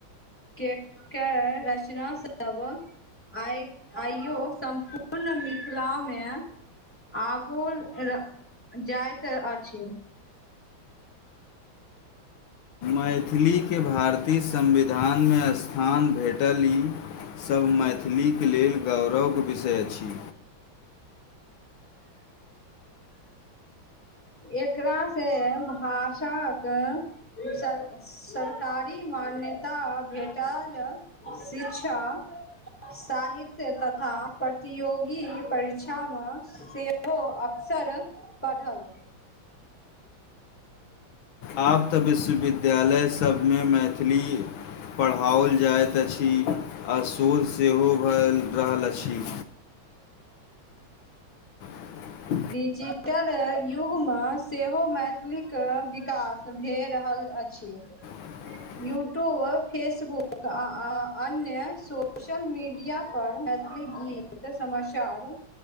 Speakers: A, in the centre; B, on the left.
A: केकऽर रचना सबटा बो- आइ आइयो सम्पूर्ण मिथिला मे- आगुल र -जाइत अछि।
B: मैथिलीके भारतीय संविधानमे अस्थ- स्थान भेटली सब मैथिलीक लेल गौरव विषय अछि।
A: एकरा से भाषाकय सं <unintelligible> सरकारी मान्यता भेटल, शिक्षा- साहित्य तथा प्रतियोगी परीक्षाम सेहो अक्सर पढ़ल।
B: आब तऽ विश्वविद्यालय सबमे मैथ- थिली पढ़ाओल जाइत अछि। आ शोल सेहो भऽ र-रहल अछि। <inaudible>
A: डिजिटल युग म सेहो मैथिलीक विकास भए रहल अछि। <unintelligible>
B: <inaudible>
A: यूट्यूब, फेसबुक आ -आ अन्य सोशल मीडिया पर मैथिली गीत- एते समस्या आब